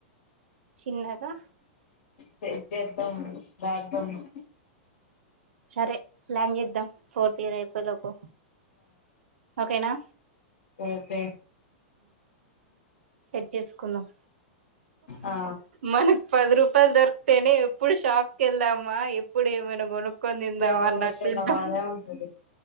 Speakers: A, on the right; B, on the left.
A: చిన్నగా
B: సెట్ చేద్దం <unintelligible>
A: సరే ప్లాన్ చేద్దాం ఫోర్త్ ఇయర్ అయిపొయ్యేలోపు ఓకేనా
B: ఒకే
A: సెట్ చేసుకుందాం
B: ఆ
A: మనకు పది రూపాయలు దొరికితేనే ఎప్పుడు షాప్ కెళ్ళామా ఎప్పుడు ఏమైనా కొనుక్ కొ తిందాం
B: ఏమన్నా
A: అన్నట్టుంటాం
B: కొనుక్కున్నావా అనే ఉంటది